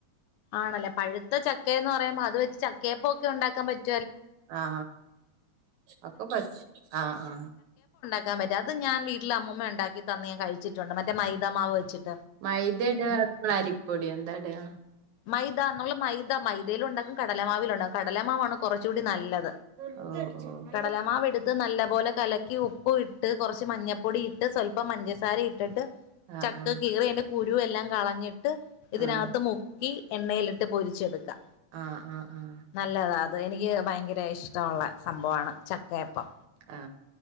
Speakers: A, on the left; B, on the right.
A: ആണല്ലേ പഴുത്ത ചക്കേന്ന് പറയുമ്പോ അത് വെച്ച് ചക്കയപ്പൊക്കെണ്ടാക്കാം പറ്റും
B: ആ ഒക്കെ പച്ച ആ ആ
A: ക്കാ പറ്റ അത് ഞാൻ വീട്ടിൽ അമ്മുമ്മാ ഉണ്ടാക്കി തന്ന് ഞാൻ കഴിച്ചിട്ടുണ്ട് മറ്റെ മൈതാ മാവ് വെച്ച്ട്ട്
B: മൈദ ഇടുവോ അതോ അരിപ്പൊടിയ എന്താ ഇടുക
A: മൈദ നമ്മൾ മൈദ മൈദയില് ഉണ്ടാക്കും കടലമാവിൽ ഉണ്ടകും കടലമാവണ് കുറച്ച്ചു കൂടി നല്ലത്
B: ഹ ഓ
A: കടലമാവ് എടുത്ത് നല്ല നല്ലപോലെ കലക്കി ഉപ്പും ഇട്ട് കുറച്ച് മാഞ്ഞപ്പൊടി ഇട്ട് സ്വല്പ്പം പഞ്ചസാര ഇട്ടിട്ട്
B: ആഹ്
A: ചക്ക
B: ആഹ്
A: കിറിന് കുരു എല്ലാം കളഞ്ഞ ഇത് ഇതിനകത്ത്
B: ആഹ്
A: മൂ മൂക്കി എണ്ണയിലിട്ട് പൊരിച്ചെടുക്കാം
B: ആഹ് ആഹ ആഹ
A: നല്ലതാ അത് എനിക്ക് ഭയങ്കര ഇഷ്ടമുള്ള സംഭവമാണ് ചക്കയപ്പം
B: ആ